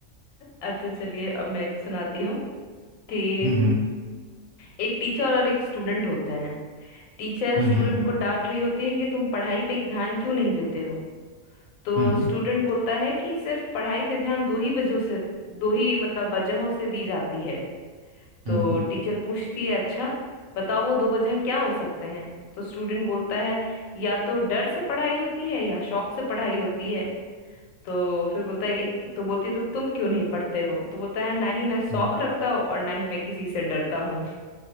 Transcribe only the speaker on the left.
अच्छा चलिए अब मैं एक सुनाती हूँ कि
एक टीचर और एक स्टूडेंट होते हैं टीचर
स्टूडेंट
को डांट रही होती है कि तुम पढ़ाई पे एक ध्यान क्यों नहीं देते हो तो
स्टूडेंट बोलता है कि सिर्फ पढ़ाई पे ध्यान दो ही वजहों से दो ही मतलब वजहों से दी जाती है तो
टीचर पूछती है अच्छा बताओ वो दो वजह क्या हो सकते हैं तो स्टूडेंट बोलता है या तो डर से पढ़ाई होती है या शौक से पढ़ाई होती है तो फिर बोलता है तो बोलती है तो तुम क्यों नहीं पढ़ते हो तो बोलता है ना ही मैं शौक
रखता हूँ और ना ही मैं किसी से डरता हूँ